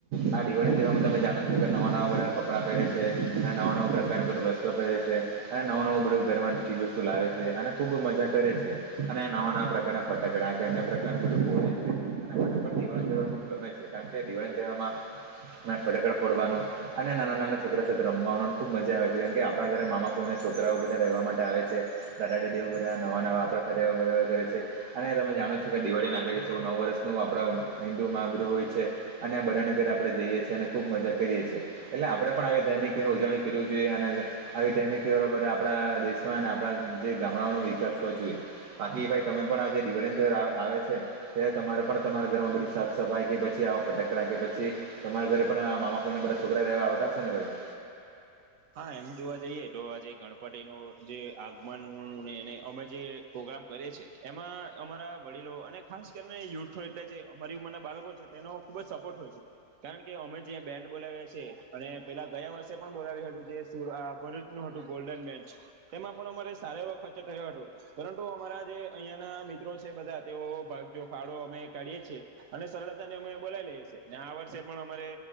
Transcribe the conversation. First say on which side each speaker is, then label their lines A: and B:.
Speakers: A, on the right; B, on the right.
A: આ દિવાળીના તહેવાર ને તમે જાણો છો કે નવા નવા બધા કપડા પહેરે છે અને નવા નવા પ્રકારનું બધું વસ <unintelligible> પેરે છે. અને નવું નવું બધું ઘરવાની ચીજ વસ્તુ લાવે છે અને ખૂબ મજા કરે છે અને નવા નવા પ્રકારના ફટાકડા કે અન્ય પ્રકારનું બધું ફોડે છે અને મને પણ દિવાળી તેહવાર ખૂબ ગમે છે. કારણ કે દિવાળી તહેવારમાં ફટાકડા ફોડવાનું અને નાના નાના છોકરા સાથે રમવાનું ને ખુબ મજા આવે છે જેમ કે આપણા ઘરે મામા ફોઈ ના છોકરાઓ બધા રહેવા માટે આવે છે દાદા દાદીઓ બધા નવા નવા આપણા સાથે <unintelligible> કરે છે અને તમે જાણો છો કે દિવાળીના આગલા દિવસે નવુ વર્ષ નું આપડા હિન્દુમાં આ બધું હોય છે. અને બધાના ઘરે આપડણે જઈએ છે અને ખુબ મજા કરીએ છીએ એટલે આપડે પણ <unintelligible> ધાર્મિકની ઉજવણી કરવી જોઈએ અને આવી <unintelligible> આપણા દેશમાં આપણા જે ગામડાઓનો વિકાસ હોવો જોઈએ બાકી ભાઈ તમે પણ આ જે દિવાળીનો તહેવાર આવે આવે છે તે તમારે પણ તમારા ઘરમાં બધી સાફ સફાઈ કે પછી આવ ફટાકડા કે પછી તમારા ઘરે પણ મામા ફોઈના બધા છોકરા રહેવા આવતા હશે ને ભાઈ.
B: હા એમ જોવા જઈએ તો આજે ગણપતિનું જે આગમન ને એને અમે જે પ્રોગ્રામ કરે છે એમાં અમારા વડીલો અને ખાસ કરીને યુથો એટલે જે અમારી ઉંમરના બાળકો છે તેનો ખુબ જ સપોર્ટ હોય છે કારણ કે અમે જે બેન્ડ બોલાવ્યા છે અને પેલા ગયા વર્ષે પણ બોલાવ્યું હતું જે સુ આ ભરૂચનું હતું ગોલ્ડન બેન્ચ તેમાં પણ અમારે સારો એવો ખર્ચો થયો હતો પરંતુ અમારા જે અહીંયાના મિત્રો છે બધા તેઓ ભાગનો ફાળો અમે કાઢીએ છે અને <unintelligible> ને અમે બોલાવી લઈએ છીએ અને આ વર્ષે પણ અમારે